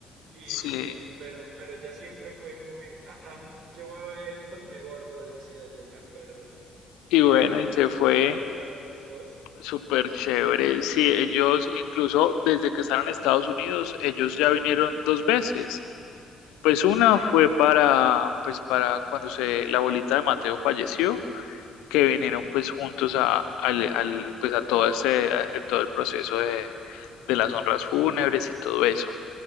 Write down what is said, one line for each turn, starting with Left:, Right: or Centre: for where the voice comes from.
Right: Y,
Left: Sí,
Right: y, pero, pero ella siempre fue muy, ah, ah, yo me voy a ir con mi gordo, decía, yo me acuerdo. Y
Left: y bueno,
Right: vea,
Left: y se
Right: por
Left: fue
Right: allá resultaron los dos.
Left: súper chévere. Sí, ellos, incluso desde que están en Estados Unidos, ellos ya vinieron dos veces. Pues una
Right: Sí,
Left: fue para, pues para cuando se, la abuelita de Mateo falleció que vinieron pues juntos a, al, al- pues, a todo ese, a- a todo el proceso de, de las honras fúnebres y todo eso.